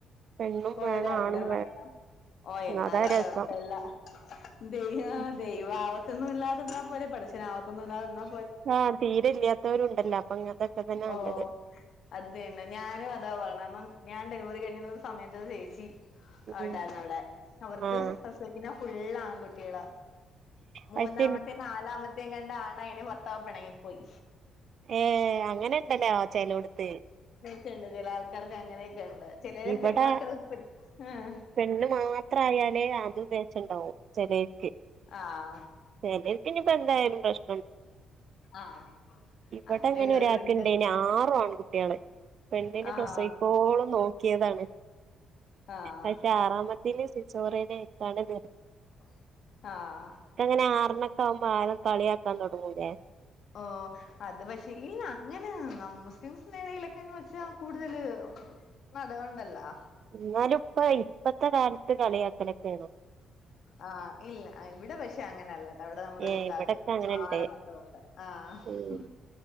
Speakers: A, on the right; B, on the left.
A: പെണ്ണും
B: ഓഹ്
A: വേണം
B: രണ്ട്
A: ആണും
B: വേണം ഓഹ് എന്നാലും
A: അതാ രസം
B: കൊഴപ്പല്ല. ദൈവ
A: ഉം
B: ദൈവ ആവത്തൊന്നും ഇല്ലാതന്നാ പോരേ പടച്ചോനെ ആവത്തൊന്നും ഇല്ലാതന്നാ
A: ആഹ് തീരെല്ലാത്തവരുണ്ടല്ലോ അപ്പൊ ങ്ങനത്തോക്കെ തന്നെ
B: ഓ
A: നല്ലത്.
B: അത് തന്നെ ഞാനും അതാ പറയണെ കാരണം ഞാൻ ഡെലിവറി കഴിഞ്‌ സമയത്ത് ഒരു ചേച്ചി
A: ഉം
B: ആഹ് ഉണ്ടായിരുന്നവിടെ അവർക്ക്
A: ആഹ്
B: പ്രസവിക്കുന്ന ഫുള്ള് ആൺകു ട്ടികളാ മൂന്നാമത്തെ
A: പക്ഷെ എനിക്ക്
B: നാലാമ കണ്ട ആണെയ്നു ഭർത്താവ് പെണങ്ങിപ്പോയി.
A: ഏഹ് അങ്ങനെ ഇണ്ടല്ലേ ചെലോടുത്ത്.
B: ണ്ട് ചില ആൾക്കാർക്ക് അങ്ങനെയൊക്കെ ഉണ്ട് ചിലരെ
A: ഇവിടെ
B: പെൺമക്കൾ ആഹ്
A: പെണ്ണ് മാത്രം ആയാലേ അത് ഉദ്ദേശണ്ടാവും ചെലർക്ക്.
B: ആഹ്
A: ചിലെർക്കിനിപ്പ എന്തായാലും പ്രശ്
B: ആഹ്
A: ഇവിടെ
B: അങ്ങനെയുള്ളവരും
A: അങ്ങനെ ഒരാക്ക്ണ്ടയിന്
B: ഉണ്ട്
A: ആറു ആൺ കുട്ടികള് പെണ്ണിനെ
B: ആഹ്
A: പ്രസവിക്കോളം നോക്കും. ക്കിയതാണ്
B: ആഹ്
A: പക്ഷെ ആറാമതില് സി <unintelligible>
B: ആഹ് അഹ്
A: ന്നെ ആറിനക്കമ്പ ആളെ കളിയാക്കാൻ തൊടങ്ങൂല്ലേ??
B: ഓഹ് അത് പക്ഷെ ഇല്ല അങ്ങനെ നം മുസ്ലിംസിനിടെലൊക്കെന്ന് വെച്ചാ കൂടുതൽ മതഒണ്ടല്ലോ..?
A: ന്നാലു ഇപ്പ ഇപ്പത്തെ കാലത്ത് കളിയാക്കലെക്കെ ആണ്.
B: ആഹ് ഇല്ല ഇവിടെ പക്ഷെ അങ്ങനല്ല. എവിടെ നമ്മളൊരിത്തക്ക്
A: ഏ ഇവിടൊക്കെ അങ്ങനെണ്ട്
B: ആറ് മക്കളൊണ്ട് അഹ് അഹ്
A: ഉം